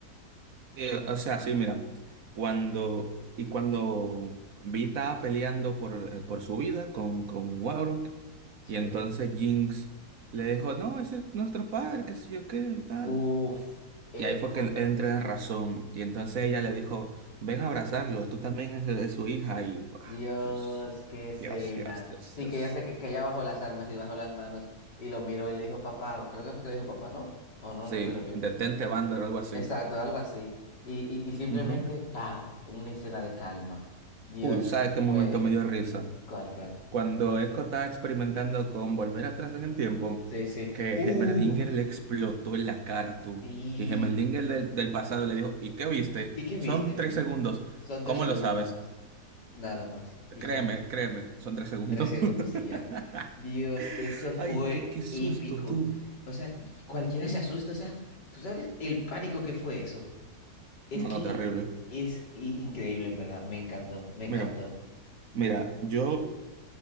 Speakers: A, on the right; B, on the left.
A: Eh, o sea, sí, mira, cuando y cuando Vi estaba peleando por, eh, por su vida con, con Warwick,
B: Sí.
A: y entonces Jinx le dijo, no, ese es nuestro padre, que sé yo qué, tal.
B: Uf, épico.
A: Y ahí fue que él entró en razón. Y entonces ella le dijo, ven a abrazarlo, tú también eres de su hija. Y, ah,
B: Dios,
A: Dios,
B: qué escena.
A: Dios, Dios, Dios,
B: Sí,
A: Dios.
B: que ya sé que, que ella bajó las armas y bajó las manos y lo miró y le dijo papá, o creo que fue que le dijo papá, ¿no? O no
A: Sí,
B: recuerdo bien.
A: detente, Vander, algo así.
B: Exacto, algo así. Y, y, y simplemente,
A: Ujú.
B: ¡pam! Una escena de calma. Dios,
A: Uy, ¿sabes qué momento
B: fue épico.
A: me dio risa?
B: ¿Cuál, cuál?
A: Cuando Echo estaba experimentando con volver atrás en el tiempo,
B: Sí, sí.
A: que
B: ¡Uh!
A: Heimerdinger le explotó en la cara, tú.
B: ¿Y,
A: Y Heimerdinger del, del pasado le dijo, ¿y qué viste?
B: ¿y qué
A: Son
B: viste?
A: tres segundos.
B: Son
A: ¿Cómo
B: tres segundos
A: lo sabes?
B: nada más. Nada más. Y
A: Créeme,
B: ya.
A: créeme, son tres segundos.
B: Tres segundos y ya.
A: <laughs>
B: Dios, eso fue
A: Ay, tú, qué susto,
B: épico.
A: tú.
B: O sea, cualquiera se asusta, o sea, tú sabes el pánico que fue eso. Es
A: No,
B: que
A: no, terrible.
B: es i- increíble, en verdad. Me encantó, me encantó.
A: Mira, mira, yo